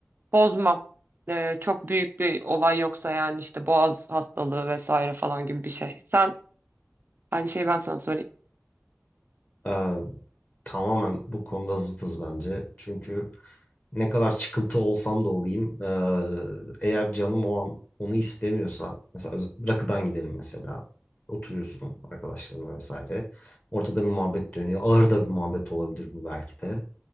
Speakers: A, on the right; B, on the left.
A: Bozmam. Ee, çok büyük bir olay yoksa yani işte boğaz hastalığı vesaire falan gibi bir şey. Sen aynı şeyi ben sana söyleyeyim.
B: Ee, tamamen bu konuda zıtız bence. Çünkü ne kadar çıkıntı olsam da olayım ee, eğer canım o an onu istemiyorsa mesela öz- rakıdan gidelim mesela oturuyorsun arkadaşlarına vesaire ortada bir muhabbet dönüyor ağır da bir muhabbet olabilir bu belki de